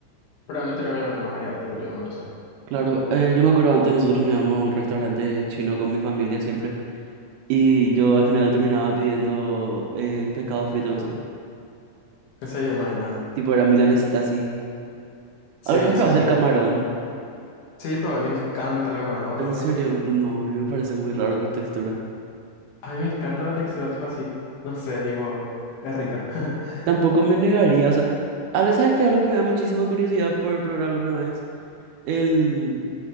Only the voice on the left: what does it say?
Pero no tenía obviamente más variedad, tipo yo nomás no sé.
En serio, maena.
Sí,
sí, sí.
Sí, probé, me encanta el camarón, ¿no te
gusta?
A mí me encanta la textura, tipo así, no sé, tipo, es rica. <laughs>